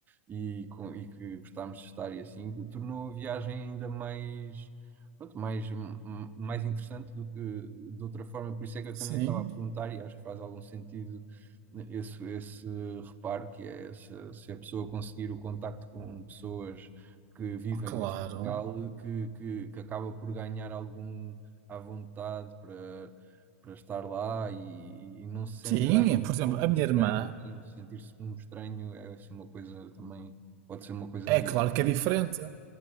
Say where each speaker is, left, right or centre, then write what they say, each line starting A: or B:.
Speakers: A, on the right; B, on the right.
A: e, com- e que gostámos de estar e assim, tornou a viagem ainda mais, pronto, mais, m- mais interessante do que de outra forma. Por isso é que eu
B: sim,
A: também estava a perguntar, e acho que faz algum sentido né, esse, esse reparo, que é se, se a pessoa conseguir o contacto com pessoas que vivem
B: claro.
A: nesse local, que, que, que acaba por ganhar algum à vontade para para estar lá e, e não se sente
B: Sim,
A: já
B: por exemplo,
A: um
B: a minha
A: estranho,
B: irmã,
A: né? sentir-se um estranho é assim uma coisa também, pode ser uma coisa negativa.
B: é claro que é diferente.